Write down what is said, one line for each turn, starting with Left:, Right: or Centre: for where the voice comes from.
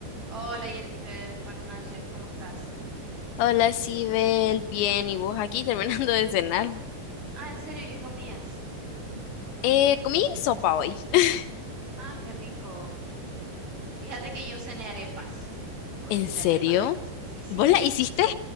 Right: Hola Jennifer, buenas noches, ¿cómo estás?
Left: Hola, Sibel, bien, ¿y vos aquí terminando de cenar?
Right: Ah, ¿en serio? ¿Y ¿Qué comías?
Left: Eh, comí sopa hoy. <laughs>
Right: Ah, qué rico. Fíjate que yo cené arepas. Hoy
Left: ¿En
Right: hice
Left: serio?
Right: arepas. Sí, sí.
Left: ¿Vos la hiciste?